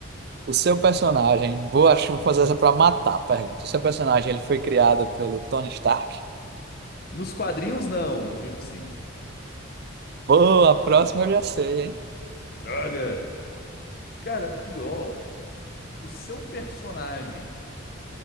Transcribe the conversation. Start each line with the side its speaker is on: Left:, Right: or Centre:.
Right: O seu personagem, vou, acho que vou fazer essa pra matar a pergunta. O seu personagem, ele foi criado pelo Tony Stark?
Left: Nos quadrinhos, não. No filme, sim.
Right: Boa, a próxima eu já sei, hein?
Left: Droga! Cara, pior, o seu personagem.